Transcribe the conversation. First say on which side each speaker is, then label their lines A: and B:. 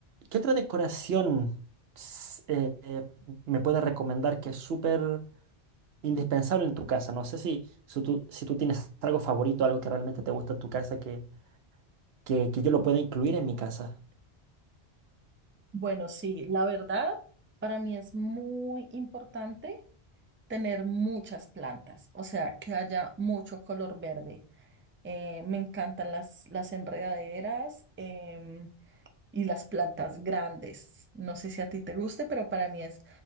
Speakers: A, on the right (about 70°); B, on the right (about 15°).
A: qué otra decoración s- eh, eh, me puedes recomendar que es súper indispensable en tu casa? No sé si, si tú, si tú tienes algo favorito, algo que realmente te gusta en tu casa que, que, que yo lo pueda incluir en mi casa.
B: Bueno, sí, la verdad, para mí es muy importante tener muchas plantas, o sea, que haya mucho color verde. Eh, me encantan las, las enredaderas em, y las plantas grandes. No sé si a ti te guste, pero para mí es